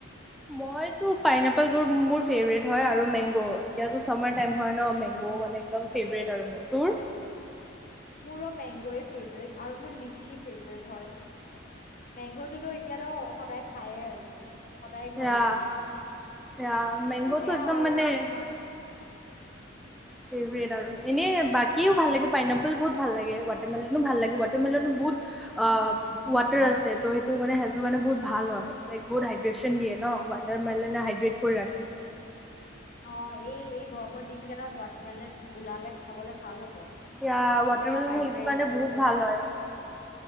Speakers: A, in the centre; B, on the left.
A: মইতো পাইনপল মোৰ ফেবেৰেট হয় আৰু মেংগ এতিয়াতো চামাৰ টাইম‌ হয় ন মেগটো একদম ফেবেৰেট আৰু তোৰ
B: মোৰো মেংগয় ফেভৰেট আৰু মোৰ লিচি ফেভট হয় মেংগটোতো এতিয়াতো সদায় খায়ে আছো সদায় ঘৰত
A: এ
B: আনে।
A: এ মেংগোটো
B: কিন্তু সেয়া
A: একদম
B: আৰু
A: মানে
B: কিছুমান
A: ফেভট আৰু এনে বাকীও ভাল লাগে পাইনপল বহুত ভাল লাগে ৱাটাৰমেলনো ভাল লাগে ৱাটাৰমেলনো বহুত ৱাটাৰ আছে ত' সেইটো মানে হেল্থৰ কাৰণে বহুত ভাল হয় লাই বহুত হাইড্ৰেচ দে ন ৱাৰ মেল হাইড্ৰেট কৰি ৰাখে
B: অ এই এই গৰমৰ দিন কেইটাত ৱাটাৰমেলন ওলালে খাবলে ভাল হ'ব
A: এতিয়া
B: তোক গোটেই
A: ৱাটাৰমেলন
B: হাইড্ৰেট
A: সেইটো কাৰণে
B: কৰিলে
A: বহুত ভাল হয়